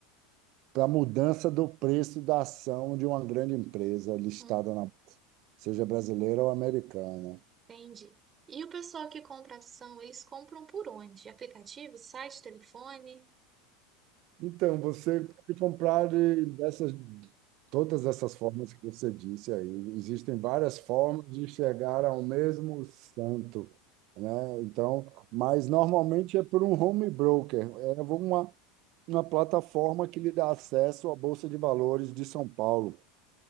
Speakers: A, on the right; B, on the right.
A: para a mudança do preço da ação de uma grande empresa listada
B: Uhum.
A: na seja brasileira ou americana.
B: Entendi. E o pessoal que compra ação, eles compram por onde? Aplicativo, site, telefone?
A: Então, você pode comprar eh, dessas, todas essas formas que você disse aí. Existem várias formas de chegar ao mesmo santo, né? Então, mas normalmente é por um home broker, é uma, uma plataforma que lhe dá acesso à Bolsa de Valores de São Paulo,